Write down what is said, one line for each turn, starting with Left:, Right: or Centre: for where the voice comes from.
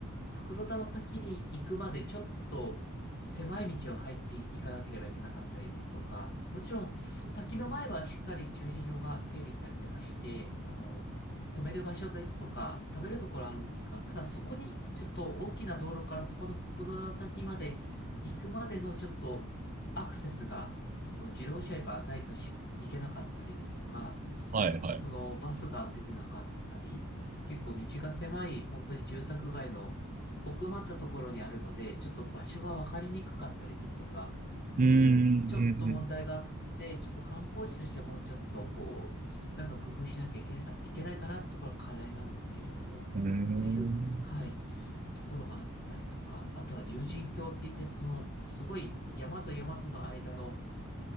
Left: 袋田の滝に行くまでちょっと狭い道を入っていかなければいけなかったりですとか、もちろん滝の前はしっかり駐車場が整備されてまして、あの、止める場所ですとか、食べるところあるんですが、ただそこに、ちょっと大きな道路からそこの復ドラの滝まで行くまでのちょっとアクセスが、えっと、自動車がないとし行けなかったりですとか、
Right: はいはい。
Left: そのバスが出てなかったり、
Right: う
Left: 結構道が狭い、本当に住宅街の奥まったところにあるので、ちょっと場所が分かりにくかったりですとか、
Right: ーん。
Left: そういうちょっと問題があっで、ちょっと観光地としてもうちょっとこう、なんか工夫しなきゃいけないか、いけないかなってところが課題なんですけれども、
Right: うーん。
Left: そういう、はい、ところがあったりとか、あとは竜神峡って言って、その、すごい山と山との間の